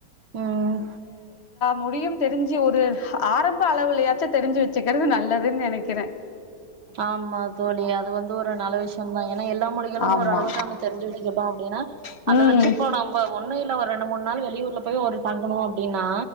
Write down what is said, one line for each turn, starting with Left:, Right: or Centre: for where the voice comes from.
Right: ம்
Left: முடியும் தெரிஞ்சி ஒரு ஆரம்ப அளவுலயாச்சு தெரிஞ்சு வச்சுக்கிறது நல்லதுன் நெனைக்கிறே
Right: ஆமா தோழி அது வந்து ஒரு நல்ல விஷ்யோதா ஏன்னா எல்லா மொழிகளு
Left: ஆமா
Right: ஒரளவுக்கு நம்ம தெரிஞ்சி வச்சுக்கிட்டோ அப்பிடின்னா
Left: ம்
Right: அத வச்சி இப்போ நம்ம ஒன்னு இல்ல ரெண்டு மூன் நாள் வெளியூர்ல போய் ஒரு தங்கனு அப்பிடின்னா